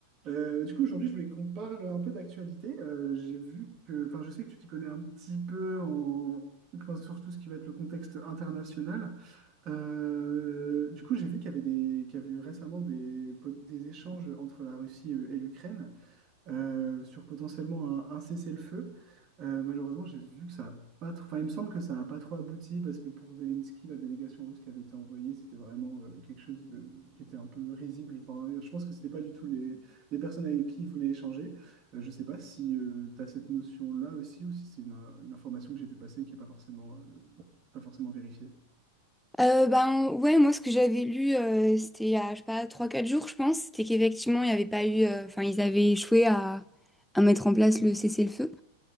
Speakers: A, on the right; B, in the centre.
A: Euh, du coup, aujourd'hui, je voulais qu'on parle un peu d'actualité. Euh, j'ai vu que, enfin, je sais que tu t'y connais un petit peu en, enfin, sur tout ce qui va être le contexte international. Euh, du coup, j'ai vu qu'il y avait des, qu'il y avait eu récemment des, po- des échanges entre la Russie et l'Ukraine euh, sur potentiellement un, un cessez-le-feu. Euh, malheureusement, j'ai vu que ça a pas trop... Enfin, il me semble que ça n'a pas trop abouti parce que pour Zelensky, la délégation russe qui avait été envoyée, c'était vraiment euh, quelque chose de... qui était un peu risible. Enfin, je pense que c'était pas du tout les, les personnes avec qui il voulait échanger. Euh, je sais pas si tu as cette notion-là aussi ou si c'est une, euh, une information que j'ai vu passer et qui n'est pas forcément, euh, pas forcément vérifiée.
B: Euh, ben ouais, moi ce que j'avais lu, euh, c'était il y a, je sais pas, trois quatre jours, je pense, c'était qu'effectivement, il n'y avait pas eu, euh, enfin, ils avaient échoué à, à mettre en place le cessez-le-feu.